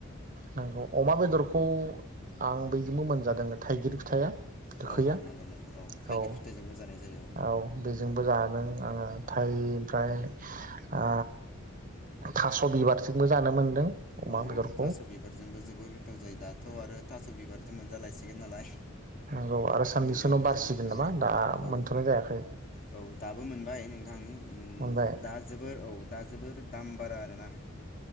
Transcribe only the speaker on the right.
नोंगौ अमा बेदरखौ आं बैजोंबो मोनजादों थाइगिर फिथाइया
गोखैया
औ
औ बेजोंबो जादों आङो नाथाय ओमफ्राय ओ थास बिबारथिंबो जानो मोनदों अमा
बेदर
नोंगौ आरो साननैसो‌
उनाव
बारसिगोन
नामा
दा
मोनथनाय जायाखै
मोनबाय